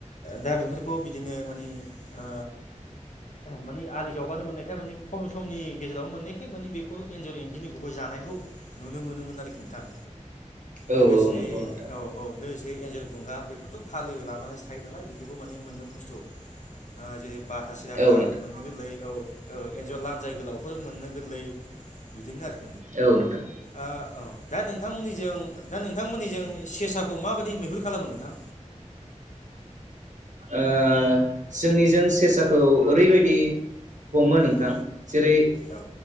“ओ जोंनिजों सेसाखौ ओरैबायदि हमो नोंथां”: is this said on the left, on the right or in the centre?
Right